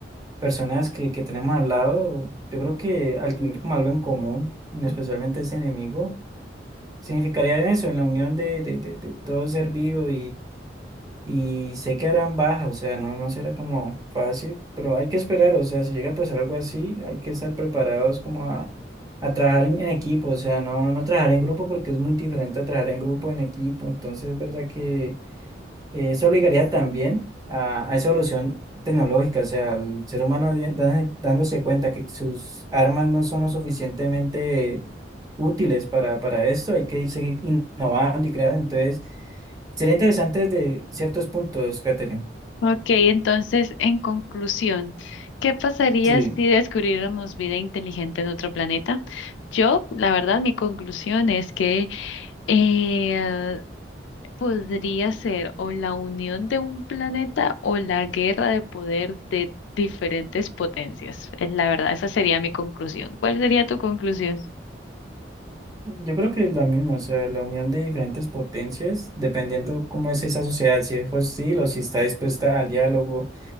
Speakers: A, on the right; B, on the left.
A: personas que, que tenemos al lado, yo creo que al tener como algo en común, y especialmente ese enemigo, significaría en eso, en la unión de, de, de, de todo ser vivo y sé que habrán bajas, o sea, no, no será como fácil, pero hay que esperar, o sea, si llega a pasar algo así, hay que estar preparados como a, a trabajar en, en equipo, o sea, no, no trabajar en grupo porque es muy diferente a trabajar en grupo, en equipo, entonces es verdad que eh, Eso obligaría también a, a esa evolución tecnológica, o sea, el ser humano di- da- dándose cuenta que sus armas no son lo suficientemente útiles para, para esto, hay que seguir innovando y creando. Entonces, sería interesante desde ciertos puntos, Catherine.
B: Ok, entonces, en conclusión, ¿qué pasaría
A: Sí,
B: si descubriéramos vida inteligente en otro planeta? Yo, la verdad, mi conclusión es que eh, podría ser o la unión de un planeta o la guerra de poder de diferentes potencias. Es La verdad, esa sería mi conclusión. ¿Cuál sería tu conclusión?
A: yo creo que es la misma, o sea, la unión de diferentes potencias, dependiendo cómo es esa sociedad, si es hostil o si está dispuesta al diálogo